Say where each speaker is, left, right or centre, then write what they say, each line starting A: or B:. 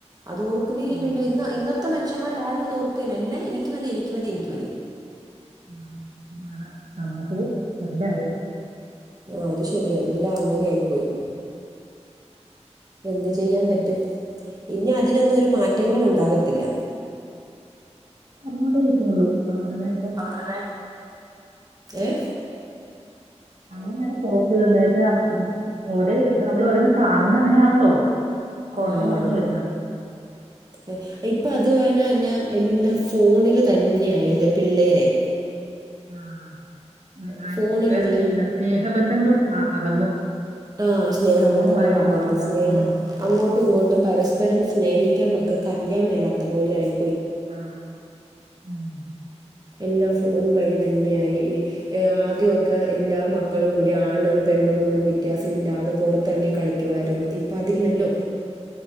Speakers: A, on the right; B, on the right.
A: അത്ഓർക്കുകേ
B: ഉം.
A: ഇല്ലല്ലോ ഇന്ന് ഇന്നത്തെ മത്ത മനഷ്യന്മാരും അത് ഓർക്കല്ല എനിക്ക് മതിനിക്ക് മതി എനിക്ക് മതി.
B: ആ അതാണ് നമുക്ക് പോയി എല്ലാരും
A: ആഹ് അത് ശരിയ എല്ലാം അങ്ങനെ ആയി പോയി എന്ത് ചെയ്യാൻ പറ്റും ഇനി അതിനൊന്നും ഒരു മാറ്റങ്ങൾ ഉണ്ടാകത്തില്ല.
B: പറഞ്ഞോണ്ടേ ഇരിക്കോളൂ ആഹ് അതെ
A: ആഹ് അതെ ഏഹ്
B: അങ്ങനെയാണ് പോക്ക്ത് എന്താച്ചാൽ ഓര് നമ്മളോരോന്ന് കാണുന്ന അങ്ങനെയാണല്ലോ കുറഞ്ഞു
A: ആഹ്
B: കുറഞ്ഞു വരുന്നു
A: ഏഹ് ഇപ്പൊ അതുപോലന്നാ എല്ലാം ഫോണില് തന്നെയായില്ലേ പിള്ളേരെ
B: ആഹ് വെ ആ
A: ഫോണിലുള്ള
B: വേറെ ജീവിത സ്നേഹബന്ധങ്ങളും ആ അകന്നു
A: ആ സ്നേഹബന്ധങ്ങളകന്ന്
B: ഫോണുമായിട്ട് മാത്രം
A: സ്നേഹം
B: ഉം
A: അങ്ങോട്ടും ഇങ്ങോട്ടും പരസ്പരം സ്നേഹിക്കാൻ മക്കക്കറിയാൻ മേലാത്ത പോലെയായി
B: ആഹ്
A: എല്ലാം ഫോൺ വഴി തന്നെയായി ഈ ഏഹ് ആദ്യമൊക്ക എല്ലാ മക്കളും കൂടി ആണും പെണ്ണുംന്നൊന്നും വ്യത്യാസയില്ലാതെ പൊറ ത്തെറങ്ങി കളിക്കുവാരുന്ന് ഇപ്പ അതില്ലല്ലോ?